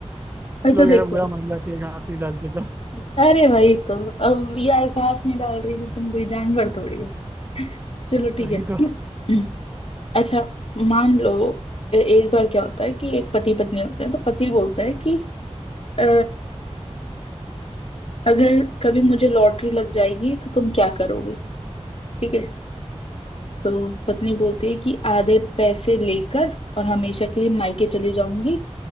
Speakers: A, on the left; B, on the right.
A: और
B: लोग
A: तो
B: है
A: देखो
B: ना बुरा मान जाते हैं घास नहीं डालते तो
A: अरे वही तो अब ये आकाश नहीं डाल रही थी तुम कोई जानवर थोड़ी हो चलो ठीक
B: वही
A: है
B: तो
A: <clears throat> अच्छा मान लो ए- एक बार क्या होता है कि एक पति पत्नी होते हैं तो पति बोलता है कि "अ, अगर कभी मुझे लॉटरी लग जाएगी तो तुम क्या करोगे ठीक है तो पत्नी बोलती है कि आधे पैसे लेकर और हमेशा के लिए मायके चली जाऊंगी